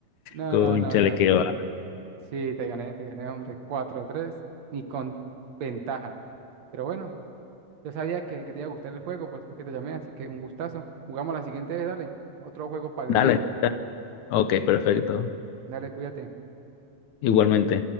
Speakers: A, on the right (about 65°); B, on the left (about 85°).
A: No,
B: Cónchale,
A: no, no, no.
B: que va.
A: Sí, te gané, te gané, hombre. Cuatro a tres, ni con ventaja. Pero bueno, yo sabía que, que te iba a gustar el juego, por eso fue que te llamé, así que un gustazo. Jugamos la siguiente vez, dale. Otro juego parecido.
B: Dale. Ok, perfecto.
A: Dale, cuídate.
B: Igualmente.